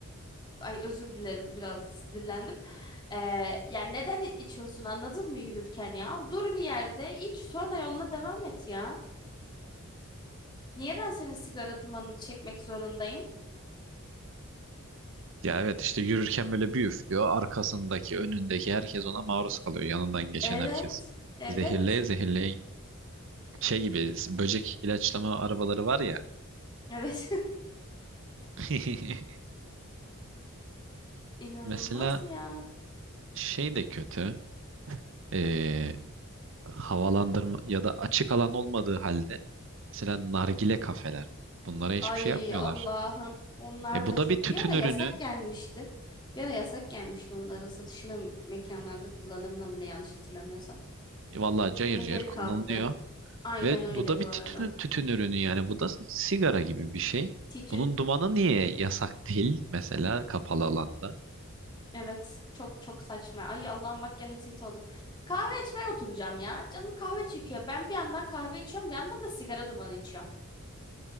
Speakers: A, on the left (about 20°); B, on the right (about 60°).
A: Ay özür dilerim biraz sinirlendim. Ee, yani neden içiyorsun anladın mı yürürken ya? Dur bir yerde iç sonra yoluna devam et ya. Niye ben senin sigara dumanını çekmek zorundayım?
B: Ya evet işte yürürken böyle bir üflüyor. Arkasındaki, önündeki herkes ona maruz kalıyor. Yanından geçen
A: Evet,
B: herkes.
A: evet,
B: Zehirleye zehirleye Şey gibi böcek ilaçlama arabaları var ya.
A: evet.
B: <laughs>
A: <laughs> İnanılmaz
B: Mesela
A: ya.
B: şey de kötü. Ee, havalandırma ya da açık alan olmadığı halde mesela nargile kafeler. Bunlara hiçbir
A: Ay
B: şey yapmıyorlar.
A: Allah'ım. Onlar
B: E bu
A: da
B: da
A: çok
B: bir tütün
A: bir ara
B: ürünü.
A: yasak gelmişti. Bir ara yasak gelmişti onların satışına mı, mekanlarda kullanımına mı ne yanlış hatırlamıyorsam.
B: E, Vallahi cayır
A: Sonra
B: cayır
A: geri
B: kullanılıyor.
A: kalktı. Aynen
B: Ve
A: öyle
B: bu da
A: bu
B: bir
A: arada.
B: tütün, tütün ürünü yani. Bu da sigara gibi bir şey.
A: Titün.
B: Bunun dumanı niye yasak değil mesela kapalı alanda?
A: Evet, çok çok saçma. Ay Allah'ım bak gene tilt oldum. Kahve içmeye oturacağım ya. Canım kahve çekiyor. Ben bir yandan kahve içiyorum, bir yandan da sigara dumanı içiyorum.